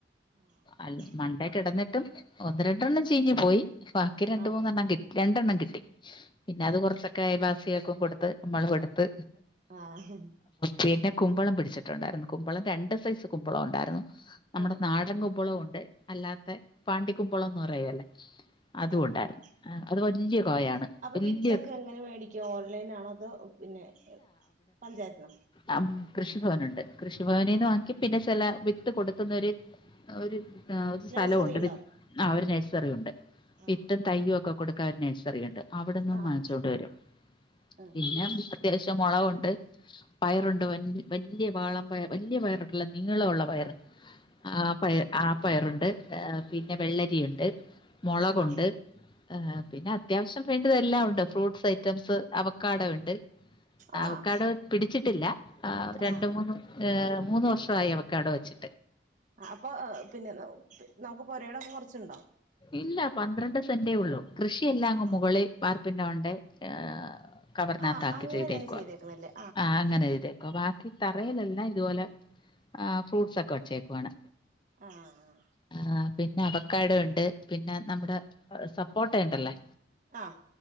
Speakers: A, on the right; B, on the left.
A: ആഹ്
B: അല്ല മണ്ടേ കെടന്നിട്ടും ഒന്ന് രണ്ടെണ്ണം ചീഞ്ഞ് പോയി ബാക്കി രണ്ട്
A: ആഹ്
B: മൂന്നെണ്ണം കി രണ്ടെണ്ണം കിട്ടി പിന്നെ അത് കൊറച്ചൊക്കെ ആയപ്പ പൈസിയൊക്കെ കൊടുത്ത് നമ്മളും എടുത്ത്
A: ആഹ്
B: പിന്നെ കുമ്പളം പിടിച്ചിട്ടുണ്ടായിരുന്നു കുമ്പളം രണ്ട് സൈസ് കുമ്പളം ഉണ്ടായിരുന്നു നമ്മടെ
A: ആഹ്
B: നാടൻ കുമ്പളവും ഉണ്ട് അല്ലാത്തെ പാണ്ടി കുമ്പളംന്ന് പറയല്ലേ അതും
A: ആഹ്
B: ഉണ്ടായിരുന്നു ഏഹ് അത് വല്യ
A: ആഹ്
B: കായാണ്
A: അപ്പൊ
B: വലിയ
A: വിത്തൊക്കെ എങ്ങനെ മേടിക്കുവാ ഓൺലൈനാണോ അതോ പിന്നെ ഏഹ് പഞ്ചായത്ത്ന്നോ
B: ആഹ് കൃഷിഭവനുണ്ട് കൃഷിഭവനിന്ന്
A: ആഹ്
B: വാങ്ങിക്കും പിന്നെ ചെല വിത്ത് കൊടുക്കുന്നോര് ഒരു ആഹ് ഒരു സ്ഥലവുണ്ട്
A: നഴ്സറി ഉണ്ടോ
B: വി ആഹ് ഒരു നഴ്സറി ഉണ്ട്
A: ആഹ്
B: വിത്തും തയ്യൊക്കെ കൊടുക്കാൻ ഒര് നയ്സറിയുണ്ട് അവ്ട്ന്നും
A: ആഹ്
B: വങ്ങിച്ചോണ്ട് വരും
A: ആഹ്
B: പിന്നെ അത്യാവിശ്യം മൊളകുണ്ട് പയറുണ്ട്
A: ആഹ്
B: വൻ വല്യ വാളംപയർ വല്യ പയറുണ്ടല്ലോ നീളമുള്ള പയറ് ആഹ് പയറ് ആഹ് പയറുണ്ട്, ഏഹ് പിന്നെ വെള്ളെരി ഉണ്ട് മൊളകുണ്ട്
A: ആഹ്
B: ഏഹ് പിന്നെ അത്യാവിശ്യം വേണ്ടത് എല്ലാം ഉണ്ട് ഫ്രൂട്ട്സ് ഐറ്റംസ് അവക്കാഡോ ഇണ്ട്
A: ആഹ്
B: അവക്കാഡോ പിടിച്ചിട്ടില്ല രണ്ട്
A: ആഹ്
B: മൂന്ന് ഏഹ് മൂന്ന് വർഷമായി അവക്കാഡോ വെച്ച്
A: അപ്പൊ പിന്നെ <unintelligible> നമുക്ക് പൊരയിടൊക്കെ കൊറച്ച്ണ്ടോ
B: ഇല്ല പന്ത്രണ്ട് സെന്റേ ഒള്ളൂ കൃഷിയെല്ലാം അങ്ങ്
A: ആഹ്
B: മൂ വാർപ്പിന്റെ മണ്ടേ ഏഹ് കവറിനകത്താക്കി
A: ആഹ് അങ്ങനെയാണ്
B: ചെയ്തേക്കുവാ
A: ചെയ്തേക്കുന്നല്ലേ
B: ആഹ് അങ്ങനെ ചെയ്തേ ബാക്കി തറയിലെല്ലാം ഇതുപോലെ ഏഹ് ഫ്രൂട്ട്സൊക്കെ വെച്ചേക്കുവാണ്.
A: ആഹ് ആഹ്
B: ആഹ് പിന്നെ അവക്കാഡോ ഇണ്ട് പിന്നെ നമ്മുടെ ഏഹ് സപ്പോട്ട ഉണ്ടല്ലാ
A: ആഹ്